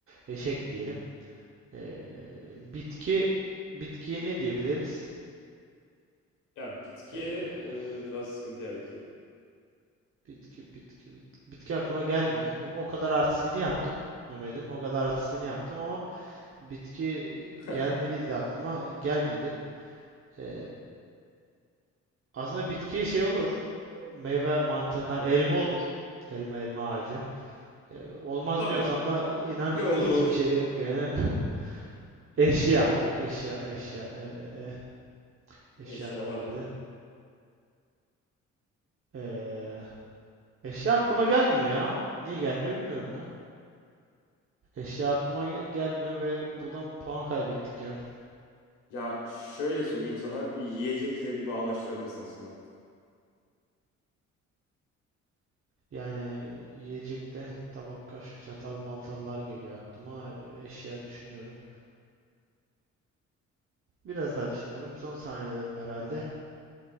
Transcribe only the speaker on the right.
eşek diyelim. E, bitki bitkiye ne diyebiliriz?
E,
bitki bitki bit- bitki aklıma gelmiyor. O, o kadar artistliğini yaptım. Mehmet'im o kadar artistliğini yaptım ama bitki
gelmeliydi aklıma gelmedi. E, aslında bitkiye şey olur. Meyve mantığından elma olur. Elma elma ağacı. Ee, olmaz
diyorsan da inan
hiçbir
şey yok yani. <laughs> Eşya.
Eşya, eşya. E, e, e. Eşya
ne olabilir?
Ee, eşya aklıma gelmiyor ya. Niye gelmiyor bilmiyorum ya. Eşya aklıma ge- gelmiyor ve buradan puan kaybettik ya.
Yani yiyecekte tabak, kaşık, çatal, maltallar geliyor aklıma. E, Eşya düşünüyorum. Biraz daha düşünüyorum. Son saniyelerim herhalde.